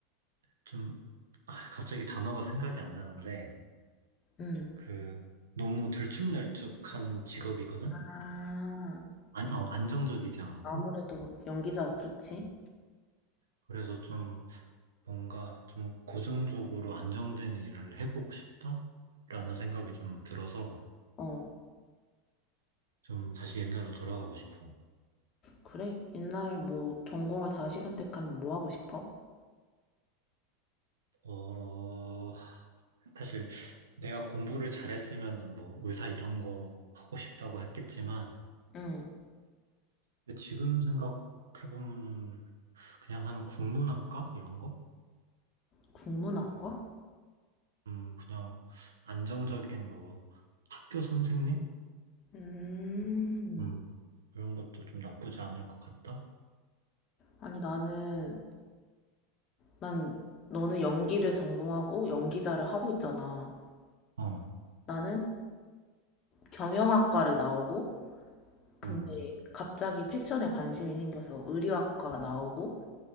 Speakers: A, on the right; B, on the left.
A: 좀, 아, 갑자기 단어가 생각이 안 나는데,
B: 응.
A: 그, 너무 들쭉날쭉한 직업이거든?
B: 아,
A: 안, 어, 안정적이지 않고.
B: 아무래도 연기자, 그렇지?
A: 그래서 좀, 뭔가 좀 고정적으로 안정된 일을 해보고 싶다라는 생각이 좀 들어서,
B: 어,
A: 좀 다시 옛날로 돌아가고 싶어.
B: 그래? 옛날 뭐 전공을 다시 선택하면 뭐 하고 싶어?
A: 어, 사실 내가 공부를 잘했으면 뭐 의사 이런 거 하고 싶다고 했겠지만,
B: 응,
A: 근데 지금 생각해보면 그냥 한 국문학과? 이런 거?
B: 국문학과?
A: 음, 그냥 안정적인 뭐 학교 선생님?
B: 음,
A: 음, 이런 것도 좀 나쁘지 않을 것 같다.
B: 아니 나는, 난 너는 연기를 전공하고 연기자를 하고 있잖아.
A: 어,
B: 나는 경영학과를 나오고 근데
A: 음,
B: 갑자기 패션에 관심이 생겨서 의류학과 나오고